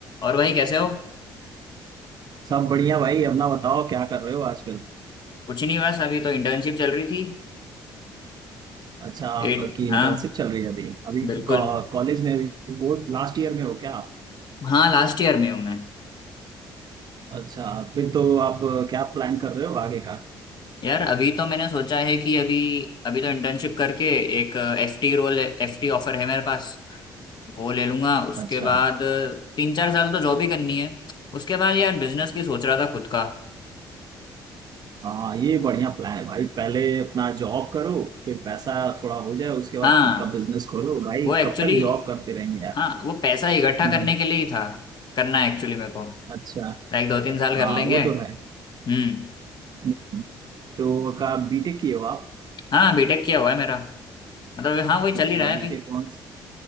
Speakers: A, on the left (about 40°); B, on the right (about 40°).
A: और भाई कैसे हो
B: सब बढ़िया भाई अपना बताओ क्या कर रहे हो आजकल
A: कुछ नहीं बस अभी तो इंटर्नशिप चल रही थी
B: अच्छा आपकी
A: एट
B: इंटर्नशिप
A: हाँ
B: चल रही है अभी अभी
A: बिल्कुल
B: कॉलेज में अभी बोर्ड लास्ट ईयर में हो क्या आप?
A: हाँ लास्ट ईयर में हूँ मैं
B: अच्छा फिर तो आप क्या प्लान कर रहे हो आगे का
A: यार अभी तो मैंने सोचा है कि अभी अभी तो इंटर्नशिप करके एक एफटी रोल एफटी ऑफर है मेरे पास वो ले लूंगा उसके
B: अच्छा
A: बाद अ, तीन चार साल तो जॉब ही करनी है उसके बाद यार बिजनेस की सोच रहा था खुद का
B: हाँ ये बढ़िया प्लान है भाई पहले अपना जॉब करो फिर पैसा थोड़ा हो जाए उसके बाद
A: हाँ
B: खुद का बिजनेस खोलो भाई
A: वो एक्चुअली
B: कब तक जॉब करते रहेंगे यार
A: हाँ वो पैसा इकट्ठा
B: हम्म,
A: करने के लिए ही था करना है एक्चुअली मेरे को
B: अच्छा
A: लाइक दो तीन साल कर
B: हाँ
A: लेंगे
B: वो तो है
A: हम्म
B: हम्म, तो का बीटेक किए हो आप
A: हाँ बीटेक किया हुआ है मेरा मतलब हाँ वही चल
B: अच्छा
A: ही रहा है
B: बीटेक
A: अभी
B: कौन